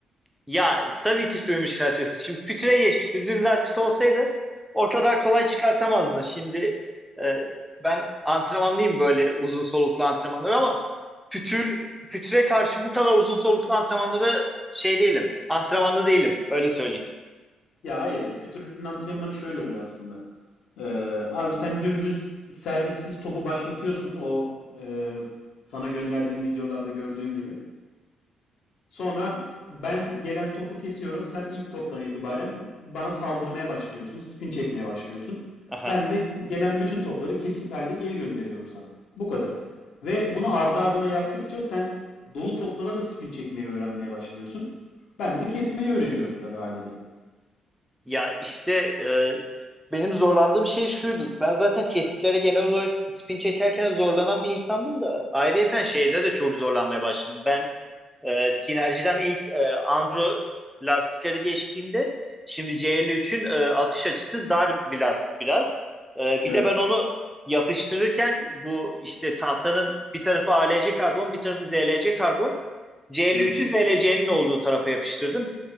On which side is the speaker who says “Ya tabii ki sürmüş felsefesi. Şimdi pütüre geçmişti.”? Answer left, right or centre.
Centre